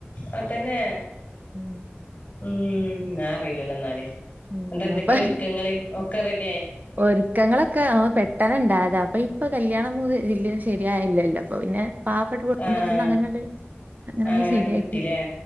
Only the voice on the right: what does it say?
ഉം
ഉം
അപ്പൊ
ഒരുക്കങ്ങളൊക്കെ പെട്ടെന്ന് ഇണ്ടായതാ ഇപ്പൊ കല്യാണം എല്ലാം ശരിയായില്ലല്ലോ അപ്പൊ പിന്നെ പാവപ്പെട്ട കുടുംബത്തിന്ന്
അങ്ങനട് അങ്ങനെയ
ശരിയാക്കി